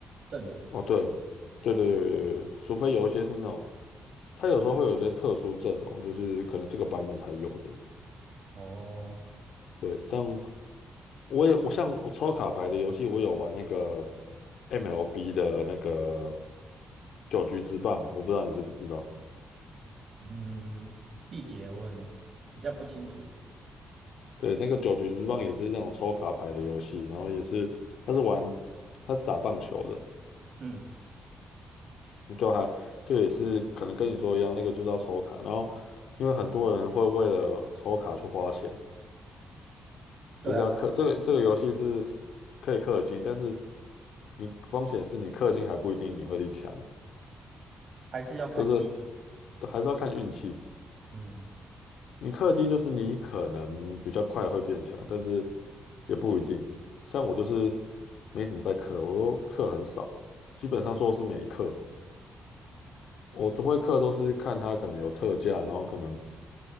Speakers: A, on the right; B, on the left.
A: 阵容。
B: 哦，对，对对对对对，除非有一些是那种，他有时候会有一些特殊阵容，就是可能这个版本才有的。
A: 哦，
B: 对，但我有，我像我抽卡牌的游戏，我有玩那个 MLB 的那个九局之棒，我不知道你知不知道？
A: 嗯，细节我很比较不清楚。
B: 对，那个九局之棒也是那种抽卡牌的游戏，然后也是他是玩他是打棒球的，
A: 嗯，
B: 就还就也是可能跟你说一样，那个就是要抽卡，然后因为很多人会为了抽卡去花钱，
A: 对啊，
B: 就是要氪这个这个游戏是可以氪金，但是你风险是你氪金还不一定你会力强，
A: 还是要看季。
B: 就是都还是要看运气。
A: 嗯
B: 你氪金就是你可能比较快会变强，但是也不一定。像我就是没什么在氪，我都氪很少，基本上说是没氪。我都会氪都是看它可能有特价，然后可能